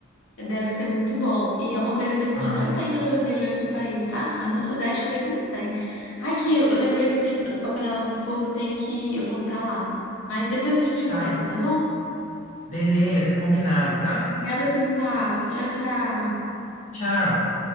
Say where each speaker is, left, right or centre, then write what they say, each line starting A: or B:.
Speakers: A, on the left; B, on the left.
A: deve ser muito bom. E é uma coisa que a gente
B: Ai.
A: não tem em outras regiões do país, tá? Ah, No Sudeste mesmo não tem. Aqui, eu eu lembrei que eu tenho, eu tô com a panela no fogo, eu tenho que voltar lá. Mas depois a gente
B: Tá.
A: conversa, tá bom?
B: Beleza, combinado, tá?
A: Obrigada pelo papo. Tchau, tchau.
B: Tchau.